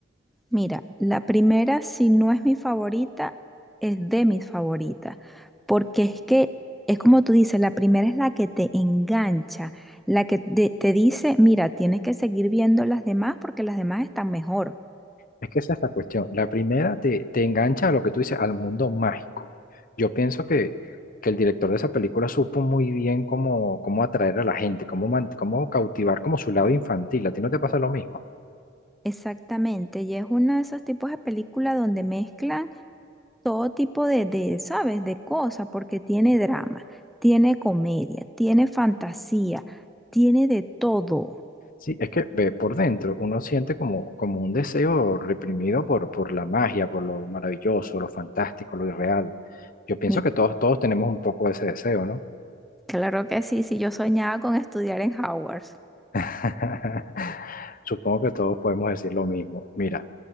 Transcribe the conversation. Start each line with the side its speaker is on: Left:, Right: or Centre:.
Centre: Mira, la primera, si no es mi favorita, es de mis favoritas, porque es que es como tú dices, la primera es la que te engancha, la que te, te dice, mira, tienes que seguir viendo las demás porque las demás están mejor.
Left: Es que esa es la cuestión. La primera te, te engancha a lo que tú dices, al mundo mágico. Yo pienso que, que el director de esa película supo muy bien cómo, cómo atraer a la gente, cómo, man- cómo cautivar como su lado infantil. ¿A ti no te pasa lo mismo?
Centre: Exactamente, y es uno de esos tipos de películas donde mezclan todo tipo de, de, ¿sabes? De cosas, porque tiene drama, tiene comedia, tiene fantasía, tiene de todo.
Left: Sí, es que ve, por dentro uno siente como, como un deseo reprimido por, por la magia, por lo maravilloso, lo fantástico, lo irreal. Yo pienso
Centre: Mi-
Left: que todos, todos tenemos un poco de ese deseo, ¿no?
Centre: claro que sí, sí, yo soñaba con estudiar en Howard.
Left: <laughs> Supongo que todos podemos decir lo mismo. Mira,